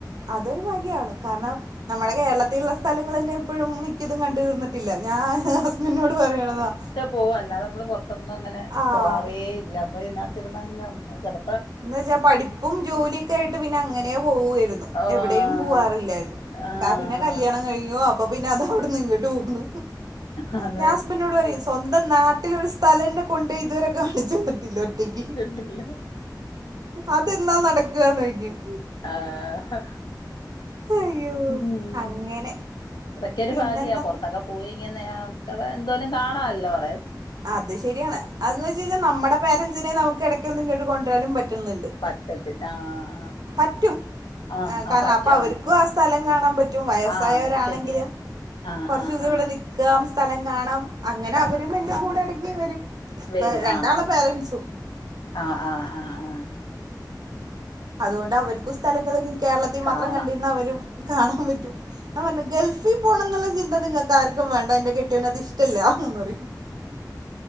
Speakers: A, on the right (about 60°); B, on the left (about 90°).
A: അതൊരു ഭഗ്യാണ് കാരണം നമ്മുടെ കേരളത്തിലുള്ള സ്ഥലങ്ങൾ തന്നെ എപ്പോഴും മിക്കതും കണ്ട തീർന്നിട്ട് ട്ടില്ല ഞാൻ ഹസ്ബൻറിനോട് പറയണതാ
B: പോവല്ലാത നമ്മള് പുറത്തൊന്നും അങ്ങനെ
A: ആഹ്
B: പോകറേ ഇല്ല നമ്മ ഞാൻ ചെല്ലുമ്പോ അങ്ങ് ചെല
A: എന്ന് വെച്ചാൽ പഠിപ്പും ജോലിയൊക്കെ ആയിട്ട് പിന്നെ അങ്ങനെ പോവായിരുന്നു
B: ആഹ്
A: എവിടെയും പോവാറില്ലായിരുന്നു
B: ആഹ്
A: അ പിന്നെ കല്യാണം കഴിഞ്ഞോ അപ്പൊ പിന്നെ അത അവിടെ ന്ന് ഇങ്ങട് ട്ടു പോന്നു
B: അത്
A: ഞാൻ ഹസ്ബൻഡ്നോട് പറയോയ് സ്വന്തം നാട്ടില് വഒരു സ്ഥലെന്നെ കൊണ്ടോയി ഇതുവരെ കാണിച്ചു തന്നിട്ടില്ല ഒറ്റയ്ക്ക്
B: ഡ്രില്ല
A: അതെന്നാ നടക്കാന്നോയിക്കും
B: ആഹ്
A: അയ്യോ
B: ഉം
A: അങ്ങനെ
B: അതൊക്കെ ഒരു
A: പിന്നെന്താ
B: ഭാഗ്യാ പൊറത്തൊക്കെ പോയി ഇങ്ങനെ ക്ക എന്തോലും കാണാല്ലോ അവടെ
A: അത് ശെരിയാണ് അതന്ന് വെച്ച് കഴിഞ്ഞാൽ നമ്മുടെ പാരൻറ്സിനെ നമുക്ക് ഇടയ്ക്കൊന്നു ഇങ്ങോട്ട് കൊണ്ടുവരാനും പറ്റുന്നുണ്ട്
B: പറ്റത്തില്ല ആ ആഹ്
A: പറ്റും
B: ആഹ്
A: ആ
B: ആഹ്
A: കാരണം
B: പറ്റും
A: അപ്പൊ അവർക്കും
B: ആഹ്
A: ആ സ്ഥലം കാണാൻ പറ്റും വയസ്സായവരാണെങ്കിലും
B: ആഹ് ആഹ് അത് ശരിയാ ആഹ്
A: കുറച്ച്
B: ആഹ്
A: ദിവസം
B: ആഹ്
A: ഇവിടെ നിക്കാം സ്ഥലം കാണാം അങ്ങനെ
B: കാണാം
A: അവരും എൻ്റെ കൂടെ എടക്ക് വരും
B: വരും
A: രണ്ടാളെ
B: ആഹ് ആഹ്
A: പേരൻറ്സും
B: ആഹ് ആഹ് ആഹ് ആഹ്
A: അതുകൊണ്ട് അവർക്കും സ്ഥലങ്ങള് കേരളത്തിൽ
B: കാണാം
A: മാത്രം കണ്ടിരുന്ന അവരും കാണാൻ പറ്റും ആ പറഞ്ഞ് ഗൾഫിൽ പോണം ന്നുള്ള ചിന്ത നിങ്ങൾക്കാർക്കും വേണ്ട എന്റെ കെട്ടിയവന് അത് ഇഷ്ടമല്ല ന്ന് പറിം